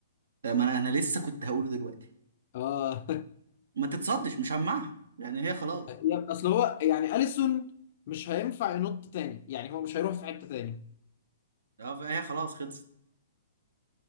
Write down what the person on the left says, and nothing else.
اه
<laughs> يا- اصل هو يعني اليسون مش هينفع ينط تاني يعني هو مش هيروح في حته تاني